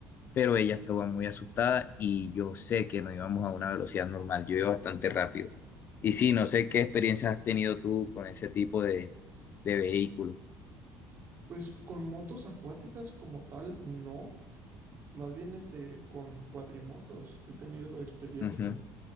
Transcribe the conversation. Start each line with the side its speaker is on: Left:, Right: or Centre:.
Left: pero ella estaba muy asustada y yo sé que no íbamos a una velocidad normal, yo iba bastante rápido. Y sí, no sé qué experiencias has tenido tú con ese tipo de, de vehículo.
Right: pues con motos acuáticas como tal, no. Más bien este, con cuatrimotos he tenido experiencias
Left: Ujú,